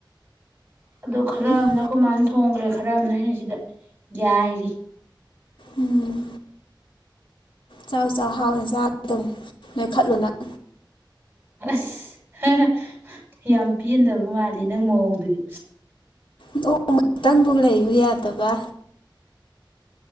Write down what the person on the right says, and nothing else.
ꯑꯗꯣ ꯈꯔ
ꯑꯃꯅ ꯑꯈꯣꯏ ꯃꯥꯅ ꯊꯣꯡꯒ꯭ꯔꯦ ꯈꯔ ꯑꯃꯅ ꯑꯩꯅ ꯁꯤꯗ ꯌꯥꯏꯔꯤ꯫
ꯑꯁ ꯍꯦ ꯍꯦ ꯌꯥꯝ ꯄꯦꯟꯗꯕ ꯃꯥꯜꯂꯤ ꯅꯪ ꯃꯑꯣꯡꯗꯨꯗꯤ꯫